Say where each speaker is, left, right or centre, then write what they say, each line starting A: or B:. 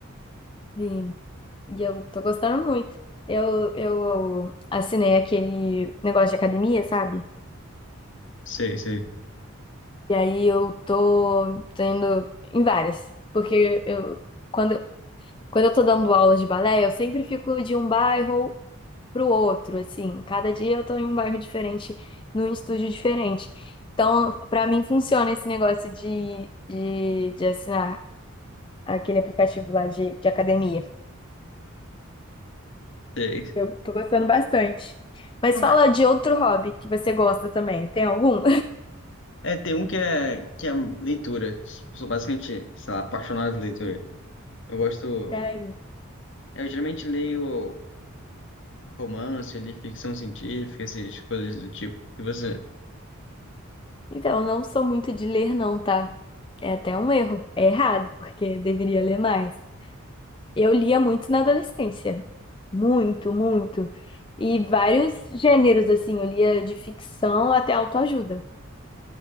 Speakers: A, on the left (about 25°); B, on the left (about 60°).
A: sim. E eu tô gostando muito. Eu, eu assinei aquele negócio de academia, sabe?
B: Sei, sei.
A: E aí eu tô, tô indo em várias. Porque eu, quando, quando eu tô dando aulas de balé, eu sempre fico de um bairro pro outro, assim. Cada dia eu tô em um bairro diferente, num estúdio diferente. Então, pra mim funciona esse negócio de, de, de assinar aquele aplicativo lá de, de academia.
B: sei.
A: Eu tô gostando bastante. Mas
B: Não,
A: fala
B: é,
A: de outro hobby que você gosta também. Tem algum?
B: é, tem um que é, que é leitura. Sou basicamente, sei lá, apaixonado por leitura. Eu gosto.
A: <laughs> Sério?
B: Eu geralmente leio romance, li ficção científica, essas coisas do tipo. E você?
A: Então, eu não sou muito de ler, não, tá? É até um erro. É errado, porque eu deveria ler mais. Eu lia muito na adolescência. Muito, muito. E vários gêneros, assim, eu lia de ficção até autoajuda.